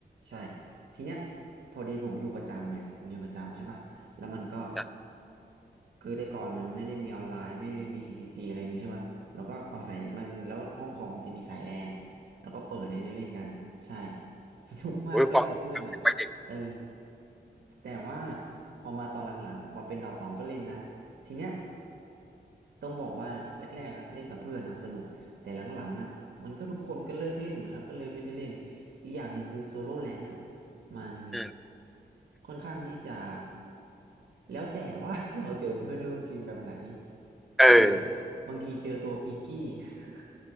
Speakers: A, on the right; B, in the centre.
A: ใช่ทีเนี้ยพอดีผมอยู่ประจำไงผมอยู่ประจำใช่ป่ะแล้วมันก็
B: นะ
A: คือแต่ก่อนมันไม่ได้มีออนไลน์ไม่ได้มี TCG อะไรอย่างงี้ใช่ป่ะแล้วก็เอาสายมันแล้วห้องคอมมันจะมีสายแลนแล้วก็เปิดในเนี้ยเล่นกันใช่ <laughs> สนุกมากเล่นกับเพื่อนอ่ะ
B: โอ้ยความไปเด็ก
A: เออแต่ว่าพอมาตอนหลังๆพอเป็นดอทสองก็เล่นนะทีเนี้ย ต้องบอกว่าแรกๆอะเล่นกับเพื่อนอะสนุกแต่หลังๆอะมันก็ทุกคนก็เลิกเล่นหมดแล้วก็เลยไม่ได้เล่นอีกอย่างหนึ่งคือโซโล่แรงอะมัน
B: อืม
A: ค่อนข้างที่จะแล้วแต่ว่า <laughs> เราเจอเพื่อนร่วมทีมแบบไหน
B: เออ
A: เออบางทีเจอตัวกีกี้ <laughs>